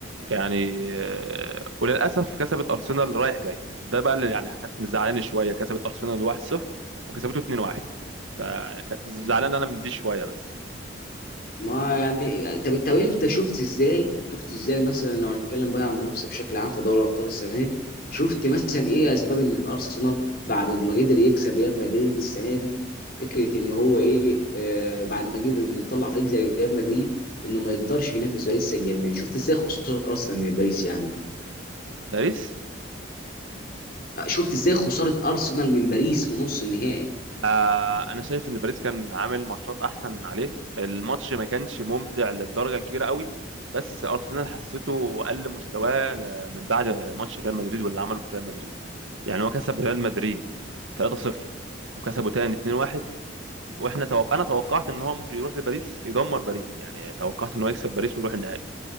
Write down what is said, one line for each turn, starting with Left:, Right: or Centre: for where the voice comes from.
Right: يعني آه، وللاسف كسبت ارسنال رايح جاي ده بقى اللي يعني كانت مزعلاني شويه كسبت ارسنال 1-0 وكسبته 2-1 فكانت زعلان انا من دي شويه بس
Left: ما يعني طب طب انت شفت ازاي شفت ازاي مثلا لو هنتكلم بقى عن المنافسه بشكل عام في دوري ابطال السنه دي شفت مثلا ايه اسباب ان الارسنال بعد ما قدر يكسب ريال مدريد السنه دي فكره ان هو ايه آه بعد ما قدر انه يطلع فريق زي ريال مدريد انه ما يقدرش ينافس باريس سان جيرمان شفت ازاي خساره ارسنال من باريس يعني
Right: باريس
Left: آه، شفت ازاي خساره ارسنال من باريس في نص النهائي
Right: آه انا شايف ان باريس كان عامل ماتشات احسن عليه الماتش ما كانش ممتع للدرجه الكبيره قوي بس ارسنال حسيته قل مستواه ل- من بعد ماتش ريال مدريد واللي عمله في ريال مدريد يعني هو كسب ريال مدريد 3-0 وكسبه تاني 2-1 واحنا توق... انا توقعت ان هو ممكن يروح لباريس يدمر باريس يعني توقعت ان هو يكسب باريس ويروح النهائي